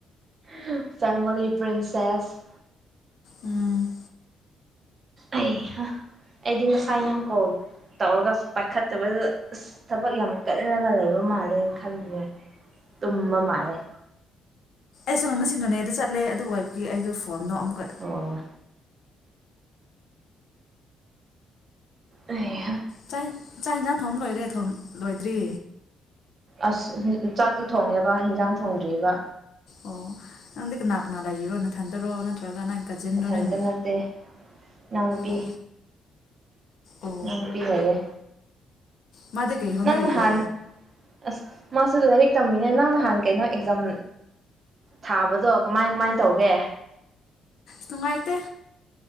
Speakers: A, on the right (about 40°); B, on the left (about 70°).
A: ꯍꯥ ꯐꯦꯃꯥꯂꯤ ꯄ꯭ꯔꯤꯟꯁꯦꯁ
B: ꯎꯝ
A: ꯑꯩꯍꯥ ꯑꯩꯗꯤ ꯉꯁꯥꯏ ꯅꯪ ꯀꯣꯜ ꯇꯧꯔꯒ ꯁꯨꯛ ꯄꯥꯏꯈꯠꯇꯕꯗꯨꯗ ꯑꯁ ꯊꯕꯛ ꯌꯥꯝ ꯀꯜꯂꯒ ꯂꯩꯕ ꯃꯥꯜꯂꯦ ꯈꯟꯂꯤꯅꯦ ꯇꯨꯝꯕ ꯃꯥꯜꯂꯦ
B: ꯑꯩꯁꯨ ꯉꯁꯤ ꯅꯣꯅꯦꯗ ꯆꯠꯂꯦ ꯑꯗꯨ ꯑꯣꯏꯕꯒꯤ ꯑꯩꯗꯣ ꯐꯣꯟꯗꯣ ꯑꯃꯨꯛꯀ
A: ꯑꯣ ꯑꯩꯍꯥ
B: ꯆꯥꯛ ꯆꯥꯛ ꯏꯟꯖꯥꯡ ꯊꯣꯡ ꯂꯣꯏꯔꯦ ꯊꯣꯡ ꯂꯣꯏꯗ꯭ꯔꯤ
A: ꯑꯁ ꯆꯥꯛꯇꯤ ꯊꯣꯡꯉꯦꯕ ꯍꯦꯟꯖꯥꯡ ꯊꯣꯡꯗ꯭ꯔꯤꯕ
B: ꯑꯣ ꯅꯪꯗꯤ ꯀꯅꯥꯀꯅꯥ ꯂꯩꯔꯤꯔꯣ ꯅꯊꯟꯗꯔꯣ ꯅꯠꯇ꯭ꯔꯒ ꯅꯪ ꯀꯖꯤꯟꯔꯣ
A: ꯃꯊꯟꯇꯥ
B: ꯅꯪ
A: ꯅꯠꯇꯦ ꯢꯅꯥꯎꯅꯨꯄꯤ
B: ꯑꯣ ꯑꯣ
A: ꯢꯅꯥꯎꯅꯨꯄꯤ ꯂꯩꯌꯦ
B: ꯃꯥꯗꯤ ꯀꯩ ꯍꯣꯠꯅꯔꯤꯔꯣ
A: ꯅꯪ ꯅꯍꯥꯟ ꯑꯁ ꯃꯥꯁꯨ ꯂꯥꯏꯔꯤꯛ ꯇꯝꯃꯤꯅꯦ ꯅꯪ ꯅꯍꯥꯟ ꯀꯩꯅꯣ ꯑꯦꯛꯖꯥꯝ ꯊꯥꯕꯗꯣ ꯀꯃꯥꯏ ꯀꯃꯥꯏ ꯇꯧꯒꯦ
B: ꯅꯨꯡꯉꯥꯏꯇꯦ